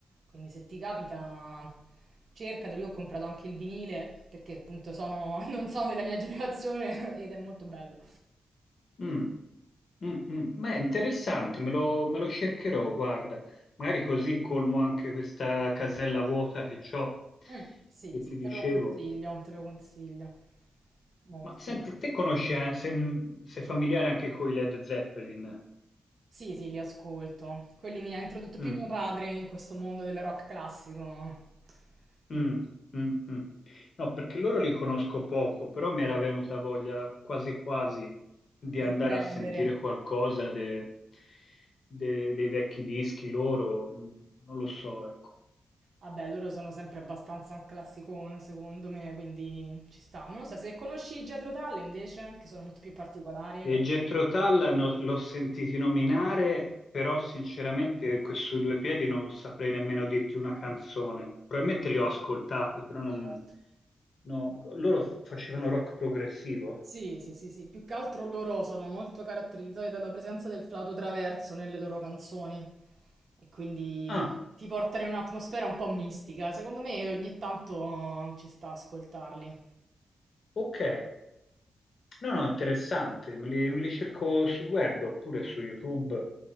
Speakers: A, on the right; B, on the left.
A: quindi se ti capita cercatelo, io ho comprato anche il vinile perché appunto sono, <laughs> non sono della mia generazione <laughs> ed è molto bello.
B: mm, mm, mm. Beh, interessante, me lo, me lo cercherò, guarda, magari così colmo anche questa casella vuota che ho,
A: Mm, sì,
B: che
A: sì,
B: ti dicevo.
A: te lo consiglio, te lo consiglio molto.
B: Ma senti, te conosci, eh, se- sei familiare anche con i Led Zeppelin?
A: Sì, sì, li ascolto. Quelli mi ha introdotto più
B: Mm,
A: mio padre in questo mondo del rock classico, quindi
B: mm, mm, mm. No, perché loro li conosco poco, però mi era venuta voglia quasi quasi di
A: di
B: andare
A: prendere.
B: a sentire qualcosa de- de- dei vecchi dischi loro, mm, non lo so, ecco.
A: Vabbè, loro sono sempre abbastanza un classicone, secondo me, quindi ci sta. Non lo so, se conosci Jethro Tull invece, che sono molto più particolari,
B: E
A: come...
B: Jethro Tull no- l'ho sentito nominare, però sinceramente que- sui due piedi non saprei nemmeno dirti
A: ok,
B: una canzone. Probabilmente li ho ascoltati, però non...
A: certo.
B: no, Loro facevano rock progressivo?
A: Sì, sì, sì, sì, più che altro loro sono molto caratterizzati dalla presenza del flauto traverso nelle loro canzoni e quindi
B: Ah,
A: ti portano in un'atmosfera un po' mistica. Secondo me ogni tanto ci sta a ascoltarli.
B: ok. No, no, interessante, me li, me li cerco sul web oppure su YouTube,